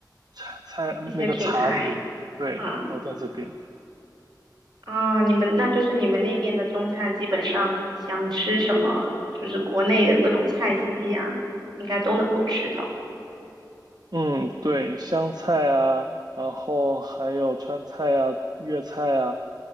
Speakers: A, on the right (about 65°); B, on the right (about 80°).
A: 茶菜，
B: 一些品牌，
A: 那个茶饮，对，
B: 啊
A: 都在这边。
B: 啊，你们那就是你们那边的中餐，基本上想吃什么，就是国内的各种菜系呀，应该都能够吃到。
A: 嗯，对，湘菜啊，然后还有川菜啊、粤菜啊，